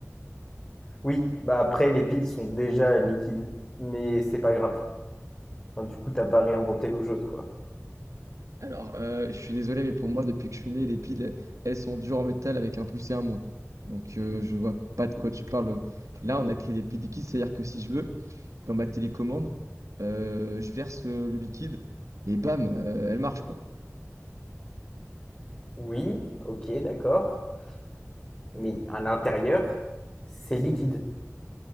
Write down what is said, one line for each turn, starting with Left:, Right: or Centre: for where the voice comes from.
Left: Oui, bah après les piles sont déjà liquides, mais c'est pas grave. Enfin, du coup t'as pas réinventé l'eau chaude quoi.
Right: Alors, euh, je suis désolé, mais pour moi, depuis que je suis né, les piles, elles sont dures en métal avec un plus et un moins. Donc, euh, je vois pas de quoi tu parles. Là, on a créé des piles liquides, c'est-à-dire que si je veux, dans ma télécommande, euh, je verse euh, le liquide et bam, euh, elle marche, quoi.
Left: Oui, ok, d'accord, mais à l'intérieur c'est liquide.